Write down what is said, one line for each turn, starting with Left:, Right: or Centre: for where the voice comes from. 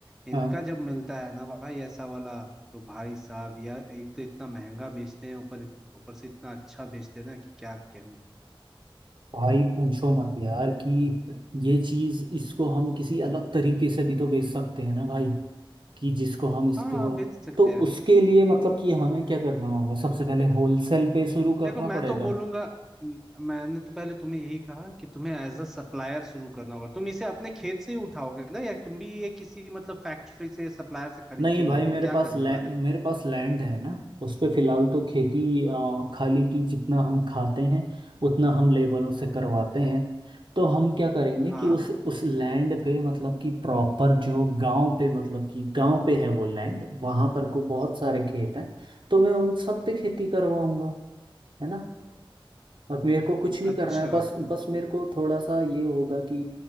Centre: इनका
Right: हाँ
Centre: जब मिलता है ना भाई ऐसा वाला तो भाई साहब यार एक तो इतना महंगा बेचते हैं ऊपर ऊपर से इतना अच्छा बेचते हैं ना कि क्या कहूँ
Right: भाई पूछो मत यार कि ये चीज इसको हम किसी अलग तरीके से भी तो बेच सकते हैं ना भाई कि जिसको हम इसको
Centre: हाँ बेच सकते
Right: तो
Centre: हैं
Right: उसके लिए मतलब कि हमें क्या करना होगा सबसे पहले होलसेल पे शुरू करना
Centre: देखो मैं
Right: पड़ेगा
Centre: तो बोलूंगा म- मैंने तो पहले तुम्हें यही कहा कि तुम्हें एज अ सप्लायर शुरू करना होगा तुम इसे अपने खेत से ही उठाओगे ना या तुम भी ये किसी मतलब फैक्ट्री से सप्लायर से खरीद
Right: नहीं
Centre: के लोगे
Right: भाई मेरे
Centre: क्या
Right: पास
Centre: करने
Right: लैंड
Centre: वाले हो
Right: मेरे पास लैंड है ना उस पे फिलहाल तो खेती अ,
Centre: हाँ
Right: खाली की जितना हम खाते हैं उतना हम लेबरों से करवाते हैं तो हम क्या करेंगे
Centre: हाँ
Right: कि उस उस लैंड पे मतलब कि प्रॉपर जो गांव पे मतलब कि गांव पे है वो लैंड वहां पर को बहुत सारे खेत हैं तो मैं उन सब पे खेती करवाऊंगा है ना अब मेरे को कुछ नहीं
Centre: अच्छा
Right: करना है बस बस मेरे को थोड़ा सा ये होगा कि